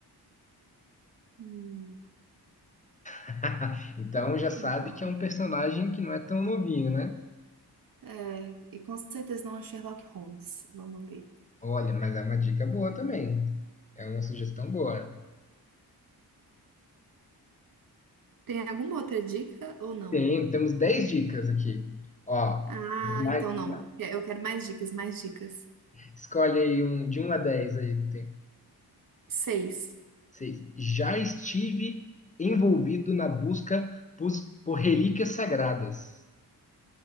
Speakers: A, on the right (about 55°); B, on the left (about 20°).
A: hum,
B: <laughs> Então já sabe
A: não.
B: que é um personagem que não é tão novinho, né?
A: É, e com certeza não é o Sherlock Holmes. Vamos ver.
B: Olha, mas é uma dica boa também. É uma sugestão boa.
A: Tem alguma outra dica ou não?
B: Tem, temos 10 dicas aqui. Ó,
A: Ah,
B: mais-
A: então não.
B: mais-
A: Eu quero mais dicas, mais dicas.
B: escolhe aí um de um a 10 aí. Tem
A: Seis.
B: seis. Já estive envolvido na busca pus- por relíquias sagradas.